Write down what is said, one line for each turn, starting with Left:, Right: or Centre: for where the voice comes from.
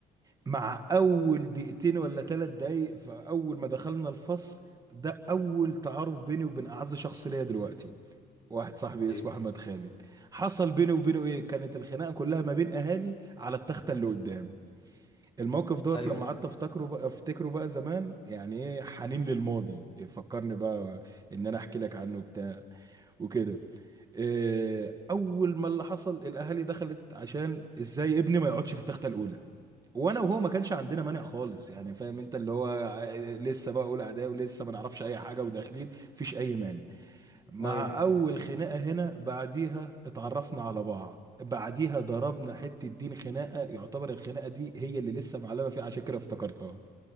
Right: مع اول دقيقتين ولا ثلاث دقايق فاول ما دخلنا الفصل ده اول تعارف بيني وبين اعز شخص ليا دلوقتي واحد صاحبي
Left: ايوه
Right: اسمه احمد خالد حصل بيني وبينه ايه كانت الخناقه كلها ما بين اهالي على التخته اللي قدام الموقف دوت
Left: ايوه
Right: لما قعدت افتكره بقى افتكره بقى زمان يعني ايه حنين للماضي إيه فكرني بقى ان انا احكي لك عنه بتاع وكده إيه اول ما اللي حصل الاهالي دخلت عشان ازاي ابني ما يقعدش في التخته الاولى وانا وهو ما كانش عندنا مانع خالص يعني فاهم انت اللي هو ع- لسه بقى اولى اعدادي ولسه ما نعرفش اي حاجه وداخلين مفيش اي مانع مع
Left: ايوه
Right: اول خناقه هنا بعديها اتعرفنا على بعض بعديها ضربنا حته دين خناقه يعتبر الخناقه دي هي اللي لسه معلمه فيه عشان كده افتكرتها